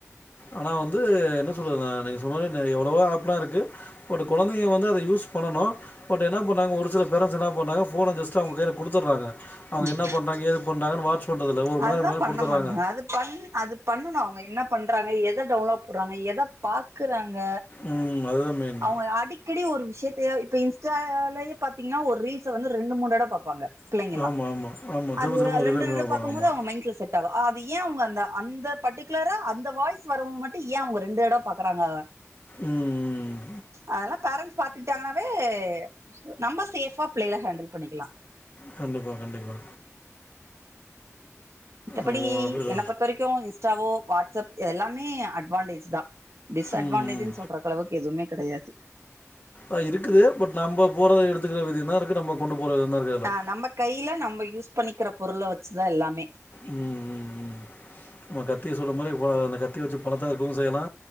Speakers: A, on the left; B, on the right.
A: ஆனா வந்து என்ன சொல்றது நானு நீங்க சொன்ன எவ்வளவோ ஆப்லா இருக்கு பட் கொழந்தைங்க வந்து அதை யூஸ் பண்ணணு பட் என்ன பண்ணாங்க ஒரு சில பேரண்ட்ஸ் என்னா பண்ணாங்க ஃபோன ஜஸ்ட் அவங்க கைள குடுத்துறாங்க அவங்க
B: ம்
A: என்ன பண்றாங்க ஏதுப் பண்றாங்கன்னு வாட்ச் பண்றதுல்ல ஒருமண்
B: அதுதா
A: நேரம் ரெண்டுமண் நேரம்
B: பண்ண
A: குடுத்துற்றாங்க
B: மாட்டாங்க அது பண் அது பண்ணனும் அவங்க என்ன பண்றாங்க ஏ எத டவுண்லோ போட்றாங்க எத பாக்குறாங் ங்க
A: ம். அதுதான் மெயின்.
B: அவங்கள அடிக்கடி ஒரு வி ஷயத்தயா இப்ப இன்ஸ்டாலாலே பாத்தீங்கனா ஒரு ரீல்ச வந்து ரெண்டு மூணு தடவப்பாபாங்க பிள்ளைகெல்லா
A: ஆமா, ஆமா, ஆமா. திரும்ப
B: அது
A: திரும்ப
B: அது
A: ரிவைண்ட்
B: ரெண்டு ரெண்டு
A: பண்ணி பாப்பாங்க.
B: பாக்கும்போது
A: ஆமா.
B: அவங்க மைண்ட்ல செட் ஆகு அது ஏ அவங்க அந்த அந்த பட்டி க்லரா அந்த வாய்ஸ் வரவங்க மட்டூ ஏ அவங்க ரெண்டு தடவ பாக்குறாங்க
A: ம் ம் ம்
B: அதல்லா பேரன்ட்ஸ் பாத்துகுட்டாங்கன்னாவே சு நம்ம சேஃபா பிள்ளை கல ஹேண்டில் பண்ணிக்கலா
A: கண்டிப்பா கண்டிப்பா
B: மித்தபடி
A: ஆமா, அதுல
B: என்ன பொருத்த வரைக்கோ இன்ஸ் இன்ஸ்டாவோ வாட்ஸ்அப் இது எல்லாமே அட்வான்டேஜ் தா டிஸ்
A: ம்,
B: அடவான்டேஜன்னு
A: ம்.
B: சொல்றக்களவுக்கு எதுமே கடையாது
A: அ இருக்குது பட் நம்ப போறத எடுத்துக்குற விதி தா இருக்கு நம்ம கொண்டு போற விதம் தான் இருக்கு அதுல.
B: ஆ நம்ம கைல நம் நம்ம யூஸ் பண்ணிக்கிற பொருள வச்சிதா எல்லாமே
A: ம் ம் ம் நம்ம கத்திய சொல்ல மாரி போல அந்த கத்தி வச்சி பணத்த அருக்கவு செய்யலா